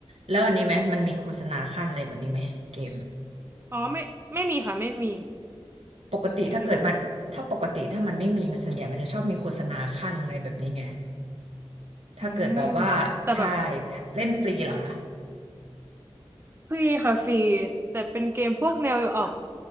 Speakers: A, on the right; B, on the right.
A: แล้วอันนี้ไหมมันมีโฆษณาขั้นอะไรแบบนี้ไหมเกม
B: อ๋อไม่ไม่มีค่ะไม่มี
A: ปกติถ้าเกิดมันถ้าปกติถ้ามันไม่มีมันส่วนใหญ่มันจะชอบมีโฆษณาขั้นอะไรแบบนี้ไง
B: แบบนี้ไม่มี
A: ถ้าเกิดแบบว่าใช่
B: อืมแต่แบบ
A: เล่นฟรีเหรอคะ
B: ฟรีค่ะฟรีแต่เป็นเกมพวกแนวออก